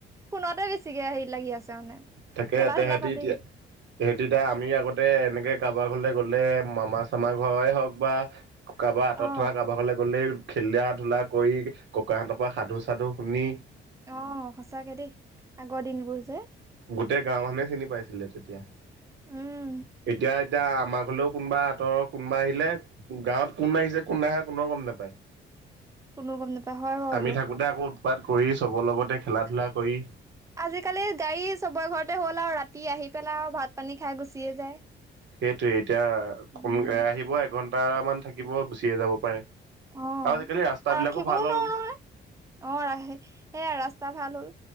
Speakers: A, on the right; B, on the right.
A: ফোনতে বেছিকে হেৰি লাগি আছে মানে।
B: তাকে
A: খেলা
B: তেহেতিএতিয়া
A: ধূলা বাদেই
B: তেহেঁতিএতিয়া আমি আগতে এনেকে কাৰোবাৰ ঘৰলৈ গ'লে মামা চামাৰ ঘৰেৰে হওঁক বা কাৰোবাৰ আঁতৰত
A: অ
B: থকা কাৰোবাৰ ঘলে গ'লেই খেলা ধূলা কৰি ককাহঁতৰ পৰা সাধু সাধু শুনি।
A: অ' সঁচাকে দেই আগৰ দিনবোৰ যে
B: গোটেই গাঁওৰ মানুহে চিনি পাইছিলে তেতিয়া। এতিয়া
A: উম
B: এতিয়া আমাৰ ঘৰলেও কোনোবা আঁতৰ কোনোবা আহিলে গাঁৱ কোন আহিছে কোন ন আহে কোনে গম নোপায়।
A: কোনো গম নাপায় হয় বাৰু
B: আমি
A: সেইটো
B: থাকোতে আকৌ উৎপাত কৰি চবৰ লগতে খেলা ধূলা কৰি
A: আজিকালি গাড়ী চবৰে ঘৰতে হ'ল আৰু ৰাতি আহি পেলাই আৰু ভাত পানী খাই গুচিয়ে যায়।
B: সেইটোৱে এতিয়া
A: উম,
B: কোন আহিব, এঘন্টা মান থাকিব গুচিয়ে যাব পাৰে। আৰু
A: অ'।
B: আজিকালি ৰাস্তাা
A: আৰু
B: বিলাকো
A: ৰাখিবও
B: ভাল
A: নোৱাৰো
B: হ'ল।
A: নহয়, অ' ৰাখে সেয়া ৰাস্তা ভাল হ'ল।